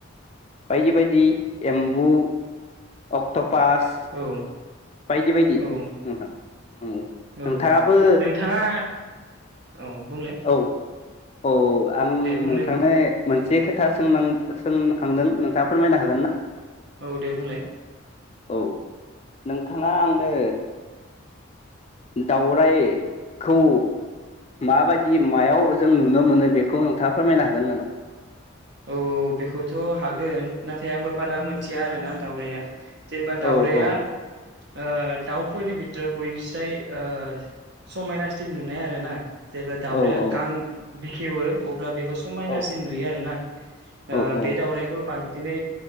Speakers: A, on the left (about 30°); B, on the right (about 55°).
A: बायदि बायदि एम्बु अक्ट' पास
B: औ
A: बायदि बायदि
B: औ
A: नोंथां औ
B: औ
A: नोंथाङाबो
B: नोंथाङा औ बुंलाय
A: औ औ आं
B: दे बुंलाय
A: नोंथांनाय मोनसे खोथा सोंनां सोंहांदों नोंथाङा फोरमायनो हागोन ना?
B: औ दे बुंलाय
A: औ नोंथाङा आंनो दावरायखौ माबायदि मायाव जों नुनो मोनो बेखौ नोंथाङा फोरमायनो हागोन नामा?
B: औ बेखौथ' हागोन नाथाय आंबो बारा मोनथिया आरोना दावराया जेनेबा दाउराया
A: औ औ
B: ओ दाउ फोरनि बिथोराव बयनिस्राय ओ समायनासिन नुनाय आरो ना जेब्ला दावराया
A: औ औ
B: गां बेखेवो अब्ला बेखौ समायनासिन
A: औ
B: नुयो आरो ना। ओह
A: औ औ
B: बे दाउरायखौ बांसिनै